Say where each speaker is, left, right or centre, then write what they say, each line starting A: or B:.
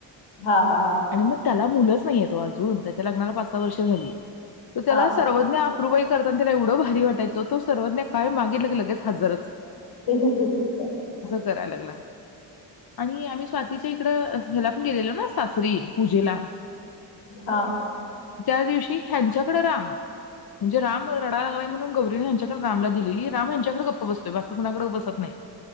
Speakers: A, on the left (about 85°); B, on the left (about 50°).
A: हा हा
B: आणि मग त्याला मुलंच नाहीयेत ओ अजून त्याच्या लग्नाला पाच सहा वर्ष झाली. तर त्याला
A: हा हा
B: सर्वज्ञा आप <unintelligible> करताना तिला एवढं भारी वाटायचं तो सर्वज्ञा काय मागितलं की लगेच हजरच
A: <unintelligible>
B: कराय लागला. आणि आम्ही स्वातीच्या इकड ह्याला पण गेलेलो ना सासरी पूजेला.
A: हा
B: त्या दिवशी ह्यांच्या <unintelligible> म्हणजे राम रडाय लागला म्हणून गौरी ह्यांच्या रामला दिलेली राम यांच्याकडे गप्प बसतो बाकी कुणाकडे बसत नाही.